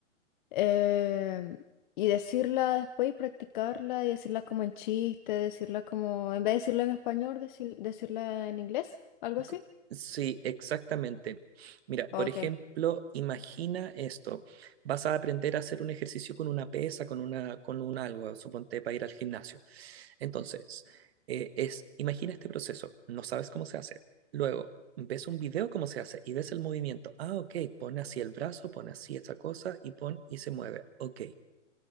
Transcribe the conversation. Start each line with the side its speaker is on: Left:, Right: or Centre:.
Left: eh, y decirla después y practicarla y decirla como en chiste, decirla como, en vez de decirla en español, decir- decirla en inglés, algo así.
Right: Co- Sí, exactamente. Mira, por
Left: Ok.
Right: ejemplo, imagina esto. Vas a aprender a hacer un ejercicio con una pesa, con una, con un algo, suponte para ir al gimnasio. Entonces, eh, es, imagina este proceso. No sabes cómo se hace. Luego, ves un video cómo se hace y ves el movimiento. Ah, ok, pon así el brazo, pon así esta cosa y pon y se mueve. Ok,